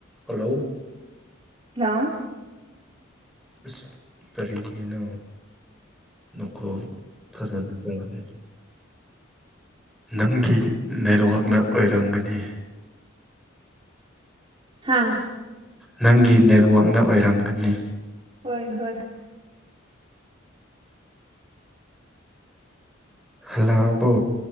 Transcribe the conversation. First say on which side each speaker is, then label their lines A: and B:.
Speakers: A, in the centre; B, on the right.
A: Hello
B: hello
A: ꯑꯁ ꯀꯔꯤꯒꯤꯅꯣ ꯅꯈꯣꯜ ꯐꯖꯅ ꯇꯥꯗꯦ ꯅꯪꯒꯤ ꯅꯦꯠꯋꯥꯛꯅ ꯑꯣꯏꯔꯝꯒꯅꯤ
B: ꯍꯥꯥ
A: ꯅꯪꯒꯤ ꯅꯦꯠꯋꯥꯛꯅ ꯑꯣꯏꯔꯝꯒꯅꯤ
B: ꯍꯣꯏ ꯍꯣꯏ
A: ꯍꯜꯂꯛꯑꯕꯣ